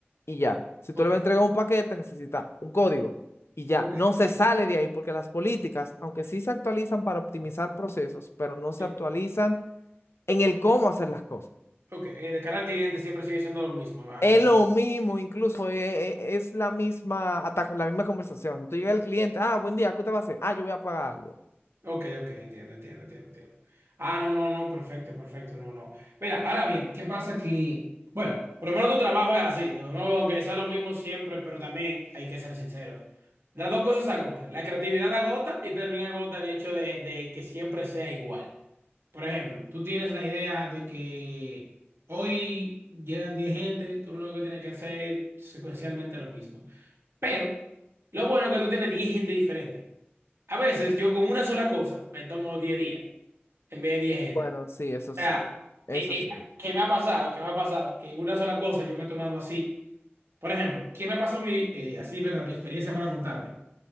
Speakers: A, on the left (about 75°); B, on the right (about 70°).
A: y ya.
B: Eh,
A: Si tú
B: ok,
A: le vas a entregar un paquete, necesita un código y ya.
B: ok,
A: No se sale de ahí porque las políticas, aunque sí se actualizan para optimizar procesos, pero no se
B: sí.
A: actualizan en el cómo hacer las cosas.
B: Ok, eh, de cara al cliente siempre sigue siendo lo mismo. Al
A: Es
B: final.
A: lo mismo, incluso eh, eh, es, la misma, hasta la misma conversación. O sea, tú llegas al cliente, ah, buen día, ¿qué te va a hacer? Ah, yo voy a pagar algo.
B: Ok, ok, entiendo, entiendo, entiendo, entiendo. Ah, no, no, no, perfecto, perfecto, no, no. Mira, ahora bien, ¿qué pasa que, bueno, por lo menos tu trabajo es así, ¿no? No, Aunque sea lo mismo siempre, pero también hay que ser sinceros. Las dos cosas agotan. La creatividad agota y también agota el hecho de, de que siempre sea igual. Por ejemplo, tú tienes la idea de que hoy llegan 10 gente, tú lo único que tienes que hacer secuencialmente lo mismo. Pero lo bueno es que tú tienes 10 gente diferente. A veces yo con una sola cosa me tomo 10 días en vez de diez gente.
A: Bueno, sí, eso sí,
B: O sea,
A: eso
B: eh,
A: sí,
B: eh, ¿qué me ha pasado? ¿Qué me ha pasado? Que una sola cosa yo me he tomado así. Por ejemplo, ¿qué me pasó mi, eh, así, verdad, mi experiencia para contarte?